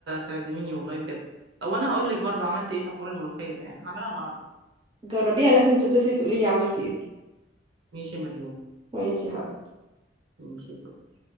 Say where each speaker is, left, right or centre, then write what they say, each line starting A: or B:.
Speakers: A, on the right (about 65°); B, on the right (about 25°).
A: تعزميني والله بجد او انا هقول لك برضه عملت ايه في حوار الملوخيه ده يعني هعملها النهارده
B: جربيها لازم تتصلي تقولي لي عملتي ايه
A: ماشي يا مريم
B: ماشي يا حبيبتي
A: ماشي يا سكر.